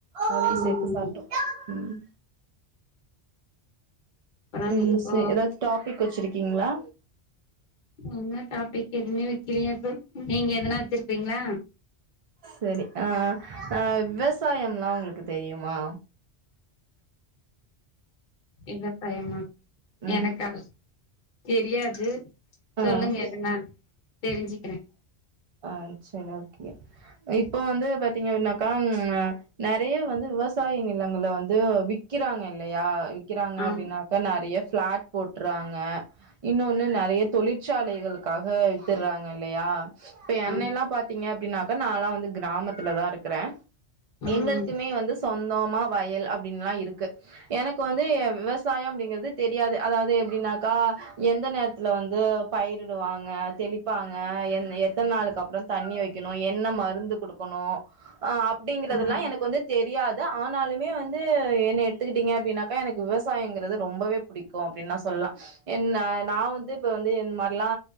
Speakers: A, on the right; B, on the left.
A: அதையு
B: ம்
A: சேத்து சாப்டோ ம்
B: அப்றோ
A: ம்
B: இப்போ
A: சரி எதாவது டாபிக் வச்சிருக்கீங்களா
B: என்ன டாபிக் எதுவுமே வக்கலயே ப்ரோ நீங்க எதனா வச்சிருப்பீங்களா
A: சரி அ அ விவசாயம்ல்லா உங்களுக்கு தெரியுமா
B: விவசாயமா
A: ம்
B: எனக்கா தெரியாது
A: ஆ
B: சொல்லுங்க எதனா தெரிஞ்சிக்கிற
A: ஆ சரி ஓகே இப்ப வந்து பாத்தீங்க அப்டின்னாக்கா ம் நெறைய வந்து விவசாய நிலங்கள வந்து விக்கிறாங்க இல்லையா விக்கிறாங்க
B: ஆம்
A: அப்டின்னா இப்ப நெறைய பிளாட் போட்றாங்க இன்னொன்னு நெறைய தொழிற்சாலைகளுக்காக வித்தட்றாங்க இல்லையா இப்ப என்னைலா
B: ஆம்
A: பாத்தீங்க அப்டினாக்கா நா லா வந்து கிராமத்துலதா இருக்கற
B: ம்
A: எங்களுக்குமே வந்து சொந்தோமா வயல் அப்டின்னுல்லா இருக்கு எனக்கு வந்து விவசாயம் அப்டிங்கிறது தெரியாது அதாவது எப்டின்னாக்கா எந்த நேரத்துல வந்து பயிரிடுவாங்க தெளிப்பாங்க எந் எத் எத்த நாளுக்கு அப்றோ தண்ணி வைக்கணு என்ன மருந்து குடுக்கணு அப்டிங்கறதெல்லா
B: ம்
A: எனக்கு வந்து தெரியாது ஆனாலுமே வந்து என்ன எடுத்துக்கிட்டிங்க அப்டின்னாக்கா எனக்கு விவசாயங்கிறது ரொம்பவே புடிக் கு அப்டின்னா சொல்லா என்ன நா வந்து இப்ப வந்து இந்த மாரிலா